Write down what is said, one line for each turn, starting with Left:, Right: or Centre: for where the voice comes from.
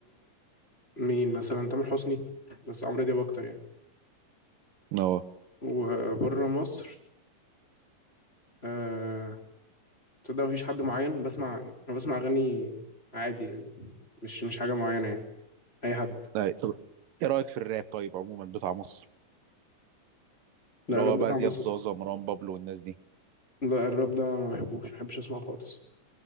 Left: ومين مثلا تامر حسني بس عمرو دياب اكتر يعني
Right: اه
Left: وبره مصر آه، تصدق مفيش حد معين بسمع انا بسمع اغاني عادي يعني مش مش حاجه معينه يعني اي حد
Right: طيب طب ايه رايك في الراب طيب عموما بتاع مصر
Left: لا
Right: اللي هو
Left: الراب
Right: بقى
Left: بتاع
Right: زياد
Left: مصر
Right: زازا مروان بابلو والناس دي
Left: لا الراب ده ما بحبوش ما بحبش اسمعه خالص